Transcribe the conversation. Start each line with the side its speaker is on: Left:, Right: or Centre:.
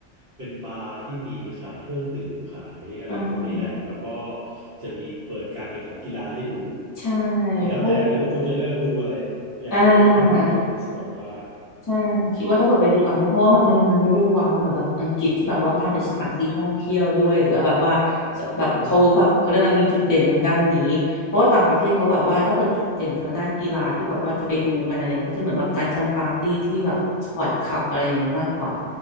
Right: เป็นบาร์ที่มีขายเครื่องดื่มขายอะไรพวกนี้แหละ
Left: อ่า
Right: แล้วก็จะมีเปิดการแข่งขันกีฬาให้ดู
Left: ใช่
Right: แล้วแต่เลยว่าคุณจะเลือกดูอะไร
Left: เพราะ
Right: อยากดูอะไรก็ดูเลยอยู่ในสปอร์ตบาร์
Left: อ่า ใช่คิดว่าถ้าเกิดไปดูต่างประเทศเพราะว่ามันมันมันไม่ได้ว้าวเหมือนแบบอังกฤษที่แบบว่าเขาทำเป็นสถานที่ท่องเที่ยวด้วยหรือแบบว่าสแบบเขาแบบเขาเรื่กงมีจุดเด่นทางด้านนี้เพราะว่าต่างประเทศเขาแบบว่าถ้าเกิดจุดเด่นทางด้านกีฬาที่แบบว่าจะไปดูกันอะไรอย่างเงี้ยเขาจะเหมือนแบบนัดกันปาร์ตี้ที่แบบสปอร์ตคลับอะไรอย่างงี้มากกว่า
Right: อืม